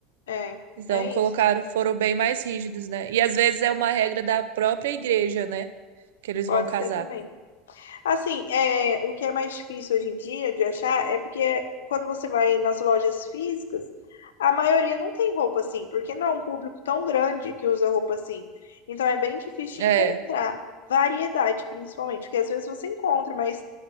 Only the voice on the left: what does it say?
É,
é
isso.
Pode
ser também. Assim, é, o que é mais difícil hoje em dia de achar é porque quando você vai nas lojas físicas, a maioria não tem roupa assim, porque não é um público tão grande que usa roupa assim. Então é bem difícil de
encontrar variedade, principalmente, porque às vezes você encontra, mas